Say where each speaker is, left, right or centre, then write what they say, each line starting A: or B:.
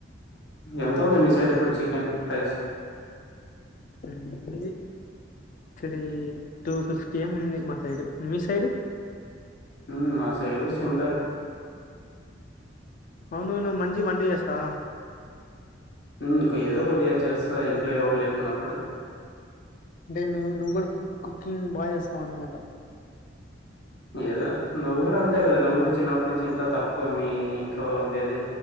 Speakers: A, on the left; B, on the left.
A: ఎంత ఉంది మీ సైడ్ ఇప్పుడు చికెన్ ప్రైస్
B: అది త్రీ టూ ఫిఫ్టీ ఏం ఉంది మా సైడు మీ సైడు
A: ఉ మా సైడ్ కూడా సిమిలర్
B: అవును నువ్వు మంచిగా వంట చేస్తావా
A: హు ఇంకా ఏదో కొద్దిగా చేస్తా ఇంట్లో ఎవరు లేకున్నప్పుడు
B: తే నువ్వు నువ్వు కూడా కు కుకింగ్ బాగా చేస్తావ్ అన్నమాట
A: ఏదో నువ్వు కూడా అంతే కదా నువ్వు కూడా చిన్నప్పుటి నుంచి ఇంకా తక్కువ మీ ఇం ఏది